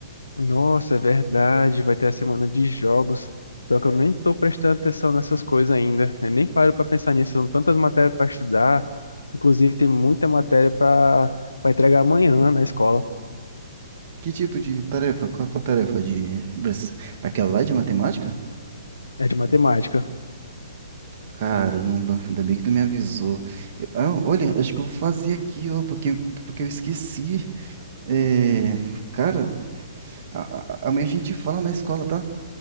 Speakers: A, on the left; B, on the right.
A: Nossa, é verdade, vai ter a semana de jogos. Só que eu nem tô prestando atenção nessas coisas ainda. Eu nem paro pra pensar nisso. São tantas matérias pra estudar. Inclusive, tem muita matéria pra para entregar amanhã na escola.
B: Que tipo de tarefa? Qual, qual a tarefa de, vai ser aquela lá de matemática?
A: É de matemática.
B: Caramba, ainda bem que tu me avisou. Eu- ah, olha, acho que eu vou fazer aqui, ó, porque, porque eu esqueci. É, cara, a- a- amanhã a gente fala na escola, tá?